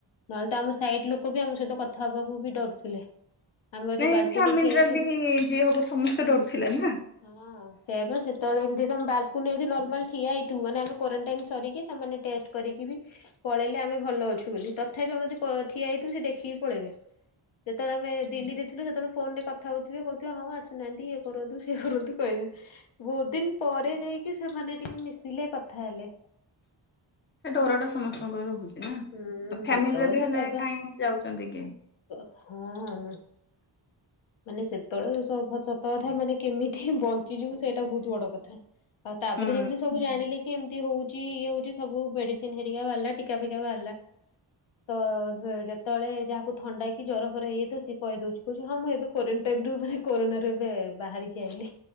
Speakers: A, on the left; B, on the left.
A: ନହେଲେ ତ ଆମ ସାଇଟ ଲୋକ ବି ଆମ ସହିତ କଥା ହବାକୁ ବି ଡରୁଥିଲେ ଆମେ ଯଦି
B: ନାଇଁ
A: ବାଲକୁନି
B: ଫ୍ୟାମିଲିରେ
A: ଠିଆ ହେଇଥିବୁ
B: ବି ଯିଏ ହବ ସମସ୍ତେ ଡରୁଥିଲେ ନା।
A: ହଁ ସେ ସେତେବେଳେ ଏମ ବାଲକୁନ ନର୍ମା ଠିଆ ହେଇ ତୁମାନେ ଆମେ କ୍ୱାରେଣ୍ଟାଇନ ସରିକି ସେମାନେ ଟେଷ୍ଟ କରିକି ବି ପଳେଇଲେ ଆମେ ଭଲ ଅଛୁ ବୋଲି ତଥାପି ଆମେ ଯ ଠିଆ ହେଇଥିବୁ ସେ ଦେଖିକି ପଳେଇବେ ଯେତେବେଳେ ଆମେ ଦିଲ୍ଲୀରେ ଥିଲୁ ସେତେବେଳେ ଫୋନ ରେ କଥା ହଉଥିବେ କହୁଥିବ ହଁ ଆସୁନାହାନ୍ତି ଇଏ କରନ୍ତୁ ସେିଏ କରନ୍ତୁ କହିବେ ବହୁତ ଦିନ ପରେ ଯାଇକି ସେମାନେ ଟିକେ ମିଶିଲେ କଥା ହେଲେ
B: ସେ ଡର ଟା ସମସ୍ତଙ୍କର ରହୁଛି ଉ
A: ହୁଁ
B: ଫ୍ୟାମିଲିରେ
A: ସେତେବେଳେ
B: ବି
A: ତ
B: ହେଲେ
A: ବାବା
B: କାହିଁ ଯାଉଛନ୍ତି କି
A: ହଁ ମାନେ ସେତେବେଳେ ସତକଥା ମାନେ କେମିତି ବଞ୍ଚିଯିବୁ ସେଇଟା ବହୁତ ବଡ କଥା ଆଉ ତାପରେ
B: ହୁଁ
A: ଯେମିତି ସବୁ ଜାଣିଲେ କି ଏମିତି ହଉଛି ଇଏ ହଉଛି ସବୁ ମେଡିସିନ ହେରିକା ବାହାରିଲା ଟିକା ଫିକା ବାହାରିଲା ତ ଯେତେବେଳେ ଯାହାକୁ ଥଣ୍ଡା ହେଇକି ଜର ଫର ହେଇଯାଇ ତ ସିଏ କହିଦଉଛି କହୁଛି ହଁ ମୁଁ ଏବେ କୋଣ୍ଟାଇନ ରୁ ମାନ କରୋ ଏବେ ବାହାରିକି ଆଇଲି